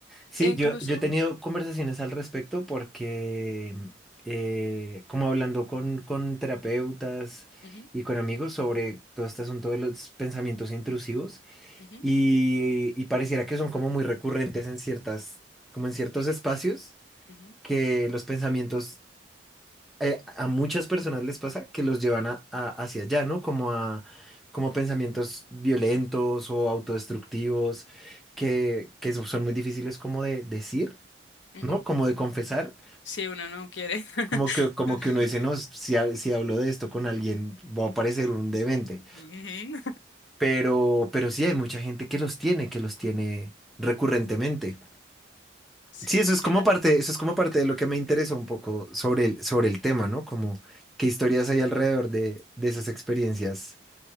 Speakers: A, in the centre; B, on the left (about 70°).
A: Sí,
B: E incluso,
A: yo, yo he tenido conversaciones al respecto porque, eh, como hablando con, con terapeutas
B: ujú,
A: y con amigos sobre todo este asunto de los pensamientos intrusivos
B: ujú,
A: y, y pareciera que son como muy recurrentes en ciertas, como en ciertos espacios,
B: ujú,
A: que los pensamientos eh, a muchas personas les pasa que los llevan a- a- hacia allá, ¿no? Como a, como a pensamientos violentos o autodestructivos que, que so- son muy difíciles como de decir,
B: ujú,
A: ¿no? Como de confesar,
B: si uno no quiere. <laughs>
A: como que, como que uno dice, no, si, ha- si hablo de esto con alguien, va a parecer un demente.
B: Ujú.
A: Pero, pero sí hay mucha gente que los tiene, que los tiene recurrentemente.
B: Sí,
A: Sí, eso
B: es
A: es
B: que
A: como
B: la...
A: parte, eso es como parte de lo que me interesa un poco sobre el, sobre el tema, ¿no? Como qué historias hay alrededor de, de esas experiencias